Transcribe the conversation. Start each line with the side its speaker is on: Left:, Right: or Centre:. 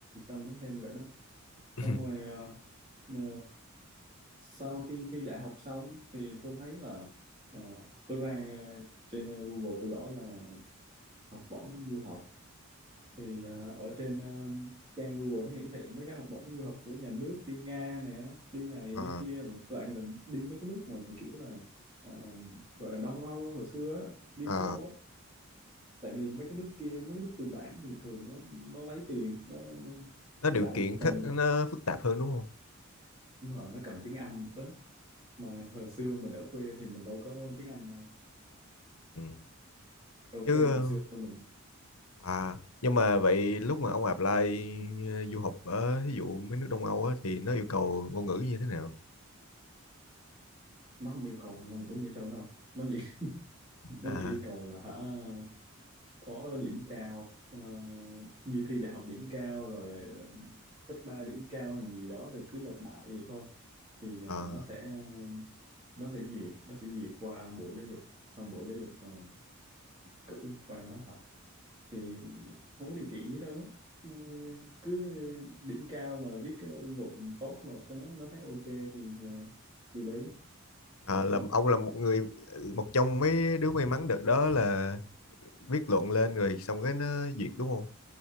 Right: sao mới hên vậy đó xong
Left: <coughs>
Right: rồi ờ, Ờ, sau khi thi đại học xong thì tôi thấy là ờ, tôi ra trên ờ, Google tôi gõ là học bổng du học thì à, ở trên ờ, trang Google nó hiển thị mấy cái học bổng du học của nhà nước đi Nga nè đi này
Left: ờ
Right: đi kia mình toàn là đi mấy cái nước mà kiểu là ờ, gọi là Đông Âu hồi xưa á, Liên
Left: ờ
Right: Xô á. tại vì mấy cái nước kia mấy cái nước tư bản thì thường nó nó lấy tiền nó, nó
Left: nó
Right: với
Left: điều
Right: lại
Left: kiện
Right: cần
Left: khắc nó
Right: ờ,
Left: phức tạp hơn đúng không
Right: đúng rồi nó cần tiếng Anh nữa mà hồi xưa mình ở quê thì mình đâu có tiếng Anh đâu
Left: ừ.
Right: ở
Left: chứ
Right: quê
Left: ờ,
Right: hồi xưa mình
Left: à nhưng mà vậy lúc mà ông apply ờ, du học ở ví dụ mấy nước Đông Âu á thì nó yêu cầu ngôn ngữ như thế nào
Right: nó không yêu cầu ngôn ngữ gì hết trơn không nó chỉ <laughs> nó
Left: à
Right: chỉ yêu cầu là hả có điểm cao ờ, như thi đại học điểm cao rồi ờ, cấp 3 điểm cao hay gì đó thì cứ nộp đại vậy thôi thì ờ,
Left: ờ
Right: nó sẽ ờ, nó sẽ duyệt nó sẽ duyệt qua bộ giáo dục xong bộ giáo dục mà cử qua đó học thì không có điều kiện gì đâu á Ừ, cứ điểm cao mà viết cái luận tốt nộp cho nó nó thấy ok thì ờ, thì đấy
Left: Ờ,
Right: vậy
Left: là
Right: thôi
Left: ông là một người một trong mấy đứa may mắn đợt đó là viết luận lên rồi xong cái nó duyệt đúng không?